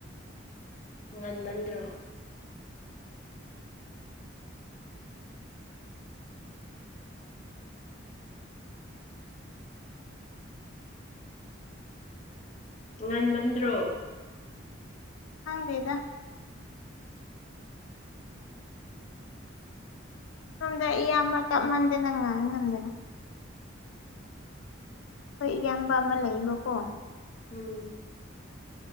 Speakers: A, on the left (about 40°); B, on the left (about 85°).
A: ꯉꯟꯃꯟꯗ꯭ꯔꯣ ꯉꯟ ꯃꯟ꯭ꯔꯣ
B: ꯍꯥꯡꯋꯦꯗꯥ ꯁꯣꯝꯗ ꯏꯌꯥꯝꯕ ꯇꯞꯃꯟꯗꯦꯅꯪ ꯉꯥꯏ ꯉꯝꯗꯅ ꯍꯣꯏ ꯏꯌꯥꯝꯕ ꯑꯃ ꯂꯩꯌꯦꯕꯀꯣ
A: ꯎꯝ